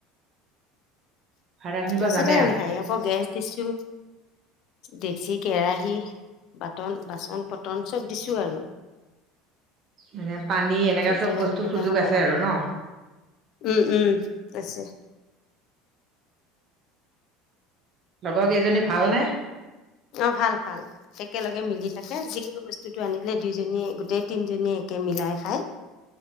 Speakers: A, on the right; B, on the left.
A: ভাত ৰান্ধিব
B: গেছতে
A: জানে
B: ৰান্ধি
A: আৰু
B: খায় আকৌ গেছ দিছো ডেকচি কেৰাহী বাটন বাচন পটন চব দিছো আৰু
A: মানে পানী এনেকা
B: নিজে
A: চব
B: ৰান্ধি
A: বস্তু
B: পেলাই
A: সুযোগ
B: খাবৰ
A: আছে
B: কাৰণে
A: আৰু ন
B: উম উম আছে
A: লগৰ কেইজনী ভালনে
B: অ ভাল ভাল একেলগে মিলি থাকে যিকোনো বস্তুটো আনিলে দুইজনীয়ে গোটেই তিনজনীয়ে তাকে মিলাই খাই